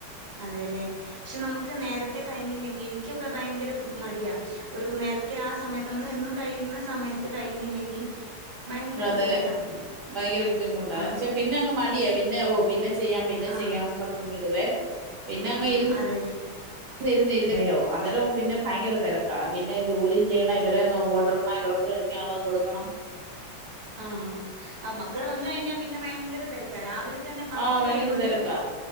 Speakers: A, on the right; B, on the right.
A: അതേലെ പക്ഷെ നമുക്ക് നേരത്തെ കഴിഞ്ഞില്ലെങ്കി എനിക്കൊക്ക ഭയങ്കര മടിയാ ഒരു നേരത്തെ ആഹ് സമയത്ത് നമ്മള് എന്നും കഴിയ്ന്ന സമയത്ത് കഴിഞ്ഞില്ലെങ്കി ഭയങ്കര
B: അതേ
A: ബുദ്ധിമുട്ടാ
B: ഭയങ്കര ബുദ്ധിമുട്ട
A: ആഹ്
B: വച്ച പിന്നെ അങ്ങ് മടിയ പിന്നെ ഓഹാ പിന്നെ ചെയ്യാം പിന്നെ
A: ആഹ്
B: ചെയ്യാംന്ന് പറഞ്ഞ് ഇടുവേ പിന്നെ
A: ആഹ്
B: അങ്ങ് ഇരു
A: അതേ
B: <unintelligible> അന്നേരം പിന്ന ഭയങ്കര തെരക്ക പിന്നെ ജോലി ചെയ്യണ ഇവരെ നോക്കൊണ്ട്രണം ഇവർക്ക് കഴിക്കാള്ളത് കൊട്ക്കണം
A: ആഹ് ആഹ് മക്കള് വന്നഴിഞ്ഞ പിന്നെ ഭയങ്കര തെരക്ക രാവിലെ തന്നെ പത്ത്
B: ആ ഭയങ്കര
A: കയ്കൊണ്ട്
B: തിരക്കാ